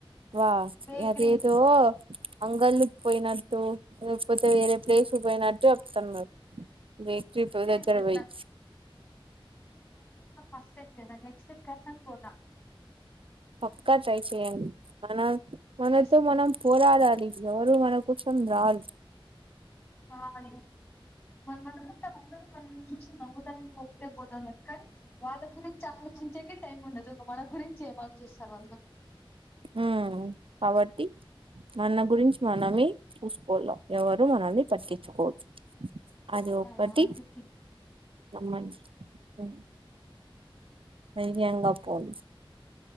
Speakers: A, on the right (about 70°); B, on the left (about 25°).
A: వా
B: బేకరీ
A: అదేదో అంగళ్ళుకి పోయినట్టు లేకపోతే వేరే ప్లేస్కి పోయినట్టు చెప్తానర్ బక్రీ పోయి
B: లేదు
A: దగ్గరి
B: లేదు
A: వోయి
B: నా అంటే ఇంకా ఫస్ట్ టైమ్ కదా నెక్స్ట్ టైం కసంగ్ పోతా
A: పక్క ట్రై చేయండి మనం మనతో
B: చేస్తా
A: మనం పోరాడాలి ఎవరూ మన కోసం రార్
B: ఆమని <unintelligible> <unintelligible> పిల్చి నవ్వు దానికితే <unintelligible> పోతందని కానీ, వాళ్ళ గురించి ఆలోచించేకే టైం ఉండదు. ఒక మన గురించి ఏం ఆలోచిస్తారు. వాళ్ళు
A: ఉమ్మ్ కాబట్టి మన గురించి మనమే చూసుకోల్ల ఎవరు
B: యా
A: మనల్ని పట్టిచ్చుకోర్ అది ఒక్కటి
B: యా అందుకే
A: రమ్మన్ ఉ వేయంగా పోల్